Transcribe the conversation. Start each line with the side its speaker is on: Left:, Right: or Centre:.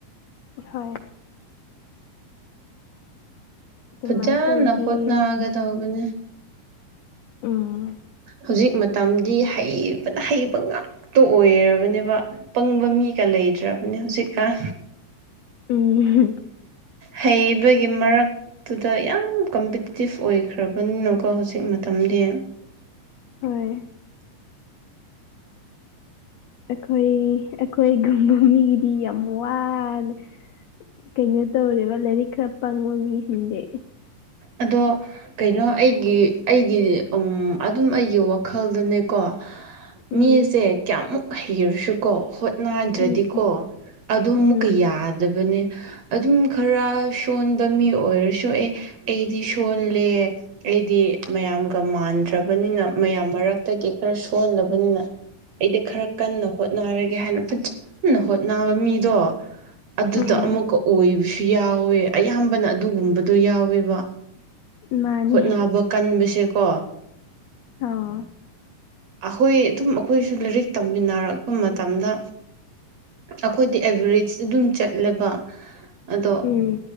Left: ꯍꯣꯏ ꯑꯗꯨꯃꯥꯏꯅ
Right: ꯐꯖꯅ
Left: ꯇꯧꯒꯦ
Right: ꯍꯣꯠꯅꯒ
Left: ꯍꯥꯏꯅ
Right: ꯇꯧꯕꯅꯦ
Left: ꯎꯝ
Right: ꯍꯧꯖꯤꯛ ꯃꯇꯝꯗꯤ ꯍꯩꯕꯅ ꯍꯩꯕ ꯉꯥꯛ ꯇꯣ ꯑꯣꯏꯔꯕꯅꯦꯕ ꯄꯪꯕ ꯃꯤꯒ ꯂꯩꯇ꯭ꯔꯕꯅꯦ ꯍꯧꯖꯤꯛꯀꯥꯟ꯫
Left: ꯎꯝ
Right: ꯍꯩꯕꯒꯤ ꯃꯔꯛ ꯑꯗꯨꯨꯗ ꯌꯥꯝ ꯀꯝꯄꯤꯇꯤꯇꯤꯞ ꯑꯣꯏꯈ꯭ꯔꯕꯅꯤꯅꯀꯣ ꯍꯧꯖꯤꯛ ꯃꯇꯝꯗꯤ꯫ <unintelligible>
Left: ꯍꯣꯏ
Right: <inaudible>
Left: ꯑꯩꯈꯣꯏ ꯑꯩꯈꯣꯏ ꯒꯨꯝꯕ ꯃꯤꯒꯤꯗꯤ ꯌꯥꯝ ꯋꯥꯔꯦ ꯀꯩꯅꯣ ꯇꯧꯔꯦꯕ ꯂꯥꯏꯔꯤꯛ ꯈꯔ ꯄꯪꯉꯣ ꯃꯤꯁꯤꯡꯗꯤ
Right: ꯑꯗꯣ꯫ ꯀꯩꯅꯣ ꯑꯩꯒꯤ ꯑꯩꯒꯤ ꯎꯝ ꯑꯗꯨꯝ ꯑꯩꯒꯤ ꯋꯥꯈꯜꯗꯅꯦꯀꯣ
Left: ꯎꯝ
Right: ꯃꯤꯁꯦ ꯀꯌꯥꯃꯨꯛ ꯍꯩꯔꯁꯨꯀꯣ ꯍꯣꯏ ꯅꯥꯏꯗ꯭ꯔꯗꯤꯀꯣ
Left: ꯎꯝ
Right: ꯑꯗꯨ ꯑꯃꯨꯛꯀ
Left: ꯎꯝ
Right: ꯌꯥꯗꯕꯅꯦ ꯑꯗꯨꯝ ꯈꯔ ꯁꯣꯟꯕ ꯃꯤ ꯑꯣꯏꯔꯁꯨ ꯑꯦ ꯑꯩꯗꯤ ꯁꯣꯜꯂꯦ꯫ ꯑꯩꯗꯤ ꯃꯌꯥꯝꯒ ꯃꯥꯟꯗ꯭ꯔꯕꯅꯤꯅ ꯃꯌꯥꯝ ꯃꯔꯛꯇꯒꯤ ꯈꯔ ꯁꯣꯟꯜꯂꯕꯅꯤꯅ꯫ ꯑꯩꯗ ꯈꯔ ꯀꯟꯅ ꯍꯣꯠꯅꯔꯒꯦ ꯍꯥꯏꯅ ꯐꯖꯅ ꯍꯣꯠꯅꯕ ꯃꯤꯗꯣ ꯑꯗꯨꯗ
Left: ꯎꯝ
Right: ꯑꯃꯨꯛꯀ ꯑꯣꯏꯕꯁꯨ ꯌꯥꯎꯋꯦ ꯑꯌꯥꯝꯕꯅ ꯑꯗꯨꯒꯨꯝꯕꯗꯣ ꯌꯥꯎꯋꯦꯕ
Left: ꯃꯥꯅꯤ
Right: ꯍꯣꯠꯅꯕ ꯀꯟꯕꯁꯦꯀꯣ꯫
Left: ꯑꯥꯎ
Right: ꯑꯩꯍꯣꯏ ꯑꯗꯨꯝ ꯑꯩꯈꯣꯏꯁꯨ ꯂꯥꯏꯔꯤꯛ ꯇꯝꯃꯤꯟꯅꯔꯛꯄ ꯃꯇꯝꯗ ꯑꯩꯈꯣꯏꯗꯤ ꯑꯦꯚꯔꯦꯁ ꯑꯗꯨꯝ ꯆꯠꯂꯦꯕ ꯑꯗꯣ
Left: ꯎꯝ ꯫